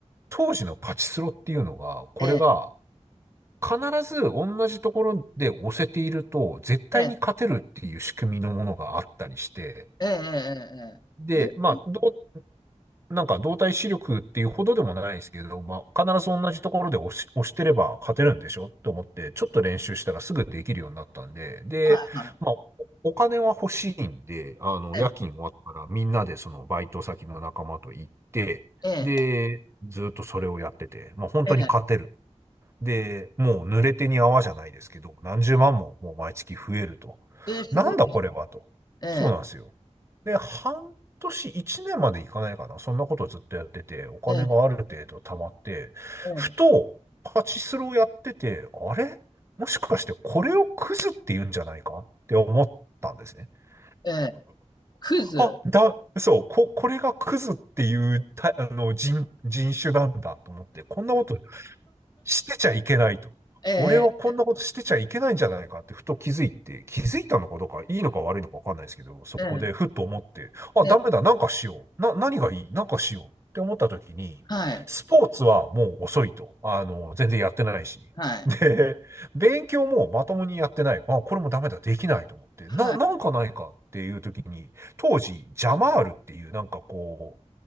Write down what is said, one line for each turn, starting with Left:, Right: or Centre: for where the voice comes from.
Right: 当時のパチスロっていうのが、これが
Left: え、
Right: 必ず同じところで押せていると、絶対に勝てるっていう仕組みのものがあったりして、
Left: ええ。ええ、
Right: で、
Left: ええ、ええ、ええ。
Right: まあ、
Left: え、
Right: どうなんか動体視力っていうほどでもないですけど、まあ、必ず同じところで押し、押してれば勝てるんでしょと思って、ちょっと練習したらすぐできるようになったんで、で、
Left: はいはい。
Right: まあ、おお金は欲しいんで、あの、夜勤終わったらみんなでそのバイト先の仲間と行って、
Left: ええ、ええ、
Right: で、ずっとそれをやってて、まあ、本当に勝てる。
Left: ええ。
Right: で、もう濡れ手に泡じゃないですけど、何十万ももう毎月増えると。
Left: ええ、すごいね。
Right: なんだこれはと。
Left: ええ、
Right: そうなんですよ。で、半年、一年までいかないかな。そんなことをずっとやってて、お金がある程度貯まって、
Left: ええ、え
Right: ふと、パチスロをやってて、あれもしかしてこれをクズって言うんじゃないかって思ったんですね。<laughs>
Left: え、ええ。クイズ。
Right: あ、だ、そう、こ、これがクズっていうた、あの、人、人種なんだと思って、こんなことしてちゃいけないと。
Left: ええ、
Right: 俺はこんなことしてちゃいけないんじゃないかってふと気づいて、気づいたのかどうか、いいのか悪いのかわかんないですけど、そこでふっと思って、
Left: ええ、
Right: あ、
Left: ええ、
Right: ダメだ、なんかしよう。な、何がいいなんかしようって思った時に、
Left: はい。
Right: スポーツはもう遅いと。あの、全然やってないし。
Left: はい。
Right: で、勉強もまともにやってない。あ、これもダメだ、できないと思って。
Left: はい。
Right: な、なんかないかっていう時に、当時、ジャマールっていうなんかこ